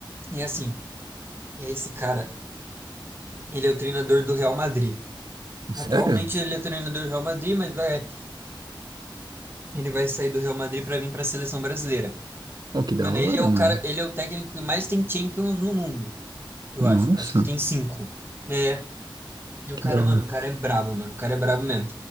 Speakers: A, on the right; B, on the right.
A: é assim, é esse cara. Ele é o treinador do Real Madrid.
B: Sério?
A: Atualmente ele é treinador do Real Madrid, mas vai, ele vai sair do Real Madrid para vir para a seleção brasileira.
B: Oh, que da
A: Mano,
B: hora,
A: ele é o
B: mano.
A: cara, ele é o técnico que mais tem Champions no mundo, eu
B: Nossa.
A: acho. Acho que ele tem cinco. É, E o
B: Que
A: cara,
B: da hora.
A: mano, o cara é brabo, mano. O cara é brabo mesmo.